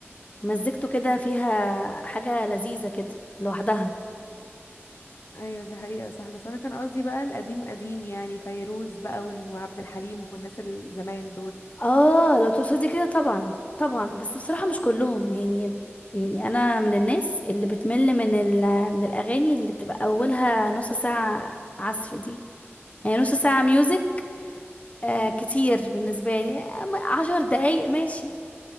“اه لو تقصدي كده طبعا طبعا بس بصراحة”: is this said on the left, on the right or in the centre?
Left